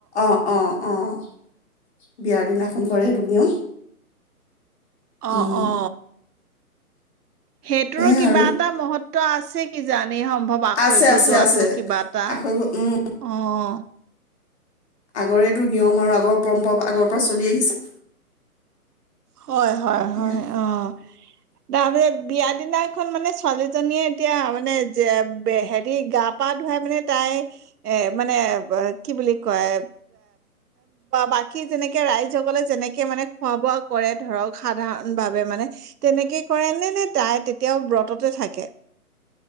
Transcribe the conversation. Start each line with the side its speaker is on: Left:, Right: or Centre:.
Left: অ', অ', অ', বিয়াৰ দিনাখন কৰে সেইটো নিয়ম।
Right: অ',
Left: উম
Right: অ'। সেইটোৰো
Left: সেয়াই
Right: কিবা
Left: আৰু
Right: এটা মহত্ব আছে কিজানি সম্ভৱ আশৈ
Left: আছে
Right: ভজাৱাটো
Left: আছে আছে
Right: কিবা এটা,
Left: আখৈ বোৰ- উম
Right: অ'।
Left: আগৰেটো নিয়ম আৰু আগৰ পৰম্পৰা, আগৰ পৰা চলি আহিছে।
Right: হয় হয়
Left: সেয়া
Right: হয়, অ', তাপৰে বিয়া দিনাখন মানে ছোৱালীজনীয়ে এতিয়া মানে যে হেৰি গা পা ধুৱাই মানে তাই, এ, মানে কি বুলি কয়, বাকী যেনেকে ৰাইজসকলে যেনেকে মানে খোৱা বোৱা কৰে ধৰক সাধাৰণ ভাৱে মানে, তেনেকে কৰে নে, নে তাই তেতিয়াও ব্ৰততে থাকে?